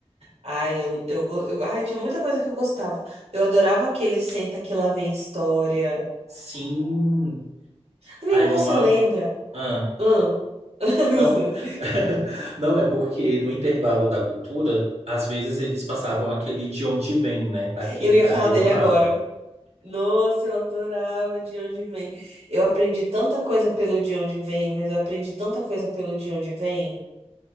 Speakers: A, on the right; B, on the right.
A: Ai, eu, eu, go- eu- ai, tinha muita coisa que eu gostava. Eu adorava aquele Senta que lá vem história.
B: Sim,
A: Amigo,
B: ah, eu
A: você
B: amava.
A: lembra?
B: Ah,
A: Hã? <laughs>
B: não,
A: Os dois.
B: <laughs> não é porque no intervalo da cultura, às vezes eles passavam aquele de onde vem, né? Da Kika,
A: Eu ia falar
B: ah, eu
A: dele
B: amava.
A: agora. Nossa, eu adorava De Onde Vem. Eu aprendi tanta coisa pelo De Onde Vem, mas eu aprendi tanta coisa pelo De Onde Vem.